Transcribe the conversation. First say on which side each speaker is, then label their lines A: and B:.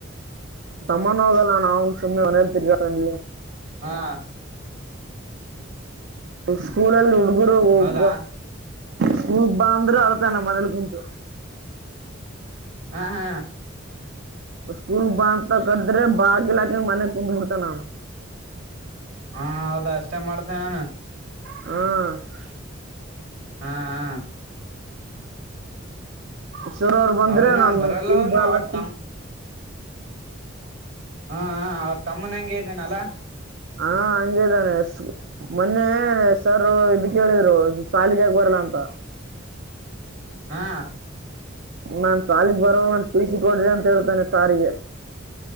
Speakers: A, on the right; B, on the right.
A: ಸಮ್ಮಾನಾಗಲ್ಲಣ ಅವನು ಸುಮ್ಮಿ ಅವನೆಯೆಯಲ್ಲಿ ತಿಗಲ್ಲ
B: ಹಾ
A: ಸ್ಕೂಲಲ್ಲಿ ಹುಡ್ಗರು ಹೋಗ
B: ಹೌದಾ
A: ಸ್ಕೂಲ್ ಬಾಂದ್ರೆ ಅಳ್ತಾನ ಮನೇಲಿ ಕುಂಟು
B: ಹ ಹಾ
A: ಸ್ಕೂಲ್ ಬಾಂದಂತ ಕದ್ರೆ ಬಾಗ ಇಲಾಕಂಗ ಮನೆಗ್ ಕುಂದ್ಬಿಡ್ತ ನು
B: ಹಾ ಹೌದ ಅಷ್ಟೇ ಮಾಡ್ತ ನಾನು
A: ಹ್ಮ
B: ಹಾ ಹಾ
A: ಹೆಸೂರವ್ರು ಬಂದ್ರೆ
B: ಅವನು
A: ನಾನು
B: ಬರಲ್ಲ
A: ಸ್ೂಲ್
B: ಅವನು
A: ಬಾಲಕಿ
B: ಅವ್ರ ತಮ್ಮ ಹಾ ಅವ್ರ ತಮ್ಮನಂಗೆ ಇದ್ದೇನಲ್ಲಾ
A: ಹಾ ಅಂಜದಾನೆ ಮೊನ್ನೆ ಸರ್ ಇದಕ್ಕೆೇಳಿದ್ರು ಶಾಲಿಗೆಕ ಬರಲ್ಲ ಅಂತ
B: ಹಾ
A: ನಾನ್ ಸಾಲಕ್ ಬರೋ ನಂದ ತಸ ಕೊಡ್ರಿ ಅಂತ ಹೇಳ್ತೇನೆ ಸಾರಿಗೆ